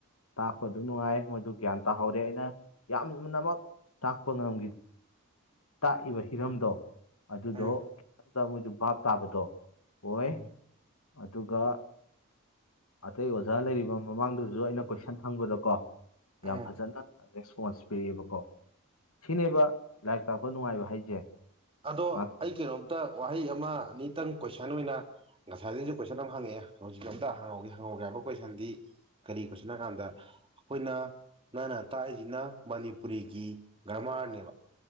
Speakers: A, on the left; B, on the right.
A: ꯇꯥꯛꯄ ꯑꯗꯨꯝ ꯅꯨꯡꯉꯥꯏ ꯃꯣꯏꯗꯨ ꯒ꯭ꯌꯥꯟ ꯇꯥꯍꯧꯔꯦ ꯑꯩꯅ ꯌꯥꯝꯅꯃꯛ ꯇꯥꯛꯄ ꯉꯝꯈꯤ ꯇꯥꯛꯏꯕ ꯍꯤꯔꯝꯗꯣ ꯑꯗꯨꯗꯣ
B: ꯎꯝ
A: <unintelligible> ꯃꯣꯏꯗꯨ ꯚꯥꯞ ꯇꯥꯕꯗꯣ ꯑꯣꯏ
B: ꯎꯝ
A: ꯑꯗꯨꯒ ꯑꯇꯩ ꯑꯣꯖꯥ ꯂꯩꯔꯤꯕ ꯃꯃꯥꯡꯗꯨꯁꯨ ꯑꯩꯅ ꯀꯣꯏꯁꯟ ꯍꯪꯕꯗ ꯀꯣ
B: ꯎꯝ
A: ꯌꯥꯝ ꯐꯖꯅ ꯔꯦꯁꯄꯣꯟꯁ ꯄꯤꯔꯛꯑꯦꯕꯀꯣ ꯁꯤꯅꯦꯕ ꯂꯥꯏꯔꯤꯛ ꯇꯥꯛꯄ ꯅꯨꯡꯉꯥꯏꯕ ꯍꯥꯏꯁꯦ
B: ꯑꯗꯣ
A: ꯉꯥꯛ
B: ꯑꯩ ꯀꯩꯅꯣꯝꯇ ꯋꯥꯍꯩ ꯑꯃ ꯑꯅꯤꯇꯪ ꯀꯣꯏꯁꯟ ꯑꯣꯏꯅ ꯉꯁꯥꯏꯗꯩꯁꯨ ꯀꯣꯏꯁꯟ ꯑꯝ ꯍꯪꯉꯛꯑꯦ ꯍꯧꯖꯤꯛ ꯑꯝꯇꯥ ꯍꯪꯍꯧꯒ‌ꯦ ꯍꯪꯍꯧꯒꯦ ꯍꯥꯏꯕ ꯀꯣꯏꯁꯟꯗꯤ ꯀꯔꯤ ꯀꫭꯏꯁꯟꯅꫭ ꯍꯥꯏ ꯀꯥꯟꯗ ꯑꯩꯈꯣꯏꯅ ꯅꯪꯅ ꯇꯥꯛꯏꯁꯤꯅ ꯃꯅꯤꯄꯨꯔꯤꯒꯤ ꯒ꯭ꯔꯃꯥꯔꯅꯦꯕ